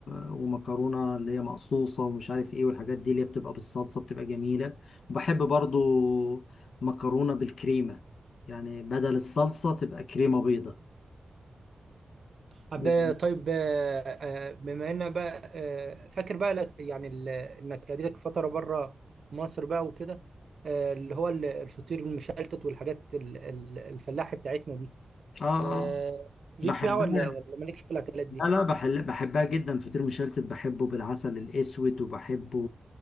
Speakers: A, on the left; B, on the right.
A: آه، ومكرونه اللي هي مقصوصه ومش عارف ايه والحاجات دي اللي هي بتبقى بالصلصه بتبقى جميله وبحب برضو مكرونه بالكريمه يعني بدل الصلصه تبقى كريمه بيضه
B: طب
A: يعني
B: آه، طيب آه آه، بما ان بقى آه فاكر بقى لك يعني ال- انك قعدتك فتره بره مصر بقى وكده آه اللي هو ال- الفطير المشلتت والحاجات ال- ال- الفلاحي بتاعتنا دي
A: اه
B: آه،
A: اه
B: ليك
A: بحبها
B: فيها ولا ولا مالك في الاكلات دي
A: لا لا بحل بحبها جدا فطير مشلتت بحبه بالعسل الأسود وبحبه